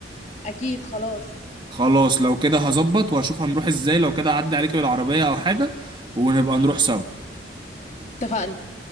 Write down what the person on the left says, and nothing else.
اكيد خلاص
اتفقنا